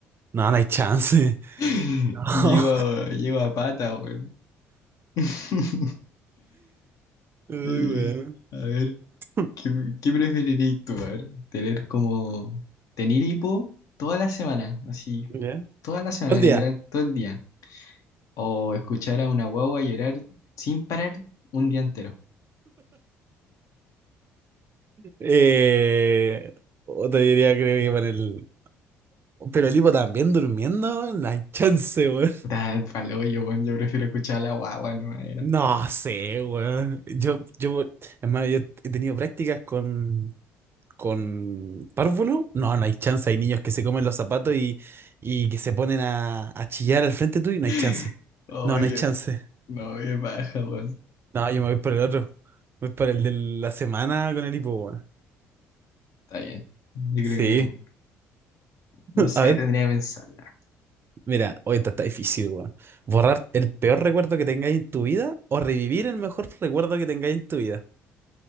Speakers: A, on the right; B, on the left.
A: No, no hay chance. <laughs>
B: <laughs>
A: No.
B: Llego a, llego a pata, weón. <laughs>
A: Uy,
B: Eh,
A: weón.
B: A ver.
A: <laughs>
B: ¿Qué, qué preferirías tú, a ver? Tener como, tener hipo toda la semana, así,
A: ¿Ya?
B: toda la semana,
A: ¿Cuál día?
B: literal, todo el día. O escuchar a una guagua llorar sin parar un día entero.
A: Eh, o te diría, creo que para el. Pero el hipo también durmiendo, no hay chance, weón.
B: Puta, palo, yo, weón, yo prefiero escuchar a la guagua, no era.
A: No sé, weón. Yo, yo, hermano, yo he tenido prácticas con, con párvulo. No, no hay chance. Hay niños que se comen los zapatos y, y que se ponen a, a chillar al frente tuyo y no
B: <laughs>
A: hay chance.
B: Oye,
A: No, no hay chance.
B: no me baja, weón.
A: No, yo me voy por el otro. Voy por el de la semana con el hipo, weón.
B: Está bien. Yo
A: Sí.
B: creo que,
A: <laughs>
B: no sé,
A: A ver.
B: tendría que pensarla.
A: Mira, hoy está, está difícil, weón. ¿Borrar el peor recuerdo que tengáis en tu vida o revivir el mejor recuerdo que tengáis en tu vida?